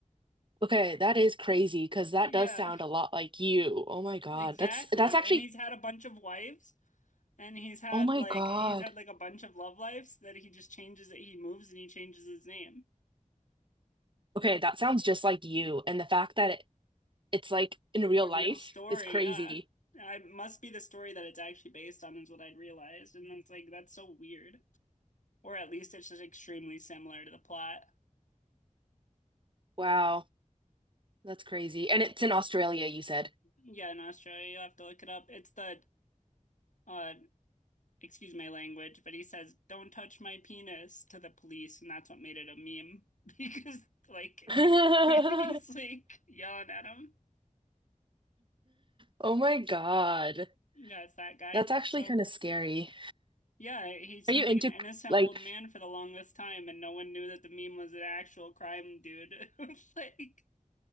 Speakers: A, on the right; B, on the left.
A: Okay, that is crazy because that
B: yeah,
A: does sound a lot like you. Oh my God.
B: exactly.
A: That's that's actually
B: And he's had a bunch of wives and he's had
A: oh my
B: like
A: God.
B: he's had like a bunch of love lives that he just changes it. He moves and he changes his name.
A: Okay, that sounds just like you. And the fact that it, it's like in real
B: A
A: life
B: real story,
A: is crazy.
B: yeah. It must be the story that it's actually based on is what I'd realized. And it's like, that's so weird. or at least it's just extremely similar to the plot.
A: Wow, that's crazy. And it's in Australia, you said.
B: Yeah, in Australia, you'll have to look it up. It's the uh, excuse my language, but he says, "Don't touch my penis" to the police, and that's what made it a meme because, like,
A: <laughs>
B: <laughs> he's like yelling at him.
A: Oh my God.
B: Yeah, it's that guy.
A: That's actually
B: So,
A: kind of scary.
B: yeah, he seemed
A: Are you
B: like
A: into
B: an innocent
A: like,
B: old man for the longest time, and no one knew that the meme was an actual crime dude. <laughs> Like,